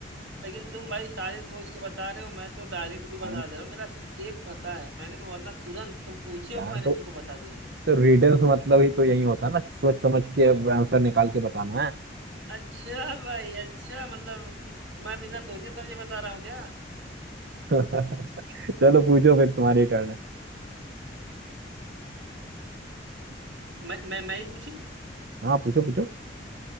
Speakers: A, on the right (about 75°); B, on the right (about 60°).
A: लेकिन तुम भाई सारे सोच के बता रहे हो मैं तो डायरेक्ट भी बता
B: यार
A: दे रहा हूँ मेरा सिर्फ एक फंसा है मैंने तो वरना तुरंत तुम पूछे
B: यार,
A: हो मैंने
B: तो,
A: तुमको बता दिया
B: तो रिडल्स मतलब ही तो यही होता है ना कि सोच समझ के आंसर निकाल के बताना
A: अच्छा भाई अच्छा मतलब मैं बिना सोचे समझे बता रहा हूँ क्या
B: है <laughs> चलो पूछो फिर तुम्हारी टर्न है
A: मैं मैं मैं ही पूछूं
B: हाँ पूछो पूछो